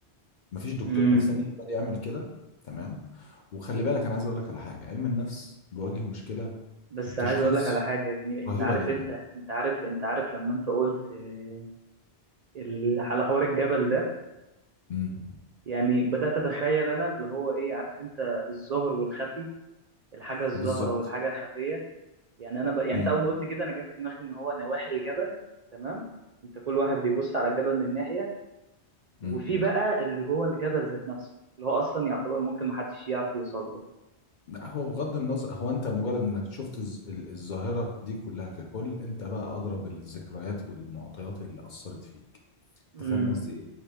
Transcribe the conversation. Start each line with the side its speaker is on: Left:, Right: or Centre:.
Left: مفيش دكتور
Right: يعني
Left: نفساني يقدر يعمل كده تمام وخلي بالك أنا عايز أقول لك على حاجة علم النفس بيواجه مشكلة
Right: بس
Left: في التشخيص
Right: عايز اقول لك على حاجه يا زميلي انت
Left: رهيبة
Right: عارف
Left: جدا
Right: انت انت عارف انت عارف لما انت قلت آه، ال- على حوار الجبل ده
Left: امم
Right: يعني بدات اتخيل انا اللي هو ايه عارف انت الظاهر والخفي الحاجه الظاهره
Left: فبالظبط
Right: والحاجه الخفيه يعني انا ب... يعني
Left: امم
Right: انت اول ما قلت كده انا جه في دماغي ان هو نواحي الجبل تمام انت كل واحد بيبص على الجبل من ناحيه وفي
Left: امم
Right: بقى اللي جوه الجبل ذات نفسه اللي هو اصلا يعتبر ممكن محدش يعرف يوصل له
Left: لا هو بغض النظر هو انت مجرد انك شفت الز- ال- الظاهرة دي كلها ككل انت بقى ادرى بالذكريات والمعطيات اللي اثرت فيك انت
Right: امم
Left: فاهم قصدي ايه